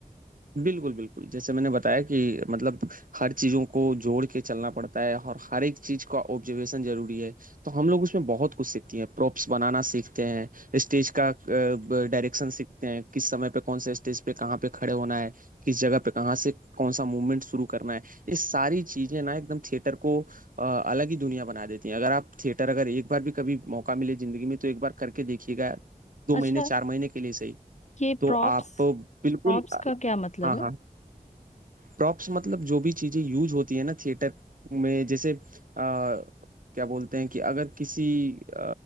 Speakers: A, on the right; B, on the left.
A: बिल्कुल, बिल्कुल। जैसे मैंने बताया कि मतलब हर चीज़ों को जोड़ के चलना पड़ता है और हर एक चीज़ का ऑब्जर्वेशन ज़रूरी है। तो हम लोग उसमें बहुत कुछ सीखते हैं, प्रॉप्स बनाना सीखते हैं, स्टेज का अ, ब डायरेक्शन सीखते हैं, किस समय पे कौन-से स्टेज पे कहाँ पे खड़े होना है, किस जगह पे कहाँ से कौन-सा मूवमेंट शुरू करना है। ये सारी चीज़ें ना एकदम थिएटर को अ, अलग ही दुनिया बना देती हैं। अगर आप थिएटर अगर एक बार भी कभी मौका मिले ज़िंदगी में तो एक बार करके देखिएगा, 2
B: अच्छा
A: महीने, 4 महीने के लिए सही,
B: ये
A: तो
B: प्रॉप्स
A: आप बिल्कुल
B: प्रॉप्स
A: अ
B: का क्या मतलब
A: हाँ,
B: है
A: हाँ। प्रॉप्स मतलब जो भी चीजें यूज होती है ना थिएटर में जैसे आ, क्या बोलते हैं कि अगर किसी अ,